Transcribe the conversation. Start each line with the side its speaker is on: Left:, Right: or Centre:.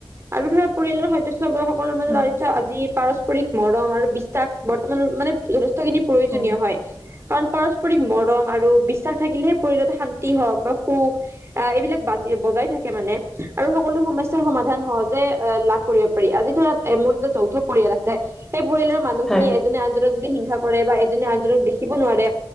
Right: আৰু ধৰা পৰিয়ালৰ সদস্য সকলৰ
Centre: উম,
Right: আজি পাৰস্পৰিক ৰিক মৰম আৰু বিশ্বাস বৰ্তমানৰ মানে যথেষ্টখিনি প্ৰয়োজনীয়
Centre: উম,
Right: হয়। কাৰণ পাৰস্পৰিক মৰম আৰু বিশ্বাস থাকিলেহে পৰিয়ালত শান্তি হওক বা সুখ আহ এইবিলাক বাজি বজাই থাকে মানে আৰু সকলো সমস্যাৰ সমাধান সহজে লাভ কৰিব পাৰি। আজি ধৰা এ মোৰ যেতিয়া যৌথ পৰিয়াল আছে। সেই পৰিয়ালৰ মানুহখিনিয়ে
Centre: হয়
Right: এজনে আনজনক যদি হিংসা কৰে বা এজনে আনজনক দেখিব নোৱাৰে